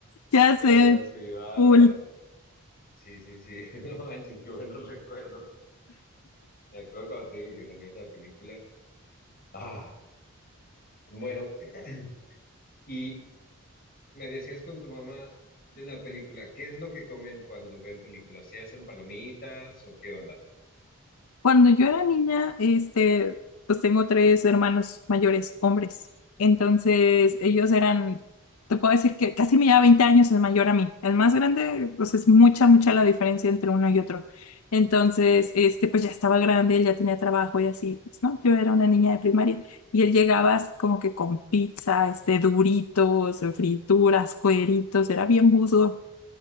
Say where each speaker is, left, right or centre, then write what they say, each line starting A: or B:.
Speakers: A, on the left; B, on the left.
A: Ya
B: pero
A: sé,
B: sí, bárbaros.
A: full.
B: Sí, sí, sí, <laughs> no manches, qué buenos recuerdos. Me acuerdo cuando te digo que salió esa película. Ah, bueno, <clears throat> y me decías con tu mamá de la película, ¿qué es lo que comen cuando ven películas? ¿Se hacen palomitas o qué onda?
A: Cuando yo era niña, este, pues tengo tres hermanos mayores, hombres. Entonces, ellos eran, te puedo decir que casi me lleva 20 años el mayor a mí. El más grande, pues es mucha, mucha la diferencia entre uno y otro. Entonces, este, pues ya estaba grande, él ya tenía trabajo y así, pues, ¿no? Yo era una niña de primaria y él llegaba así como que con pizza, este, duritos, frituras, cueritos, era bien buzo